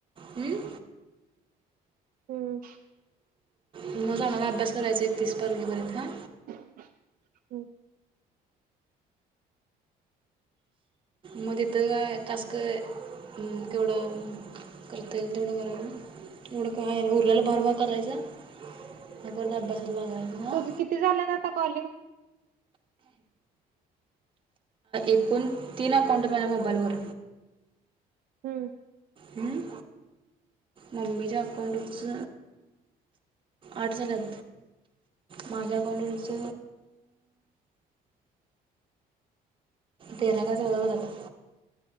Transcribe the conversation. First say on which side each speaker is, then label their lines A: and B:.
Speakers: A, on the right; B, on the right.
A: हम्म.
B: हम्म
A: मग चांगला अभ्यास करायचा एकतीस तारखीपर्यंत हा.
B: हम्म.
A: म तिथं काय टास्क केवढा करता येईल तेवढं करायच एवढं काय हाय उरलेल भारभार करायच म परत अभ्यासाला लागायचं. हां
B: तुझ किती झाल्यात आता कॉलिंग?
A: एकूण तीन अकाउंट माझ्या मोबाईल वर
B: हम्म.
A: हम्म. मम्मीच्या अकाउंटवरच आठ झाल्यात. माझ्या अकाऊंट वरच तेरा काय चौदा झाल्यात